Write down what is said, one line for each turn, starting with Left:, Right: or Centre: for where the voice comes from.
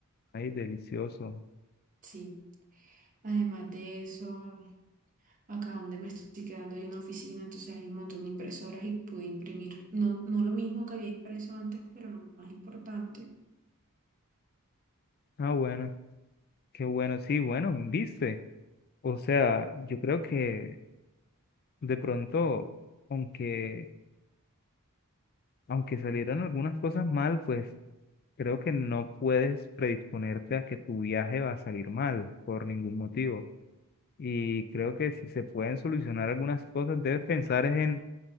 Left: Ay, delicioso.
Right: Sí, además de eso. Acá donde me estoy quedando hay una oficina, entonces hay un montón de impresoras y pude imprimir. No, no lo mismo que había impreso antes, pero lo más importante.
Left: Ah, bueno, qué bueno, sí, bueno, viste. O sea, yo creo que de pronto, aunque, aunque salieron algunas cosas mal, pues Creo que no puedes predisponerte a que tu viaje va a salir mal por ningún motivo. Y creo que si se pueden solucionar algunas cosas, debes pensar es en,